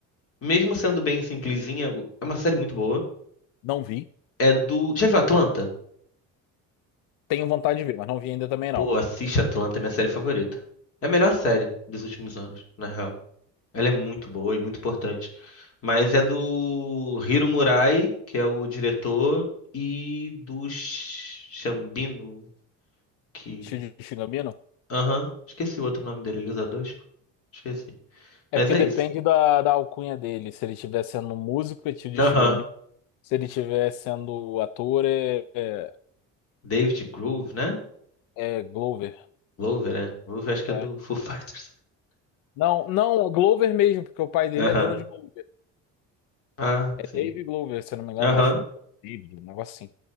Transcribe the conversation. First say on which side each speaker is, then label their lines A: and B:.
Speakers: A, on the left; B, on the left.
A: Mesmo sendo bem simplesinha, é uma série muito boa.
B: Não vi.
A: É do. Já viu Atlanta?
B: Tenho vontade de ver, mas não vi ainda também
A: Pô,
B: não.
A: assiste Atlanta, é minha série favorita. É a melhor série dos últimos anos, na real. Ela é muito boa e muito importante. Mas é do Hiro Murai, que é o diretor, e do Sh- Shambino, que.
B: Shuji Shigamino?
A: Aham, esqueci o outro nome dele, ele usa dois? pô. Esqueci.
B: É
A: Mas
B: porque
A: é
B: depende
A: isso.
B: da, da alcunha dele. Se ele estiver sendo músico, é Shuji
A: Aham,
B: Shigami. Se ele estiver sendo ator, é, é,
A: David Groove, né?
B: é Glover.
A: Glover, é. Groove acho que
B: É.
A: é do Foo <laughs> Fighters.
B: Não, não, é Glover mesmo, porque o pai dele
A: Aham,
B: é dono de Glover.
A: Ah,
B: É
A: sim.
B: Dave Glover, se eu não me engano,
A: Aham,
B: acho o nome dele, um negócio assim.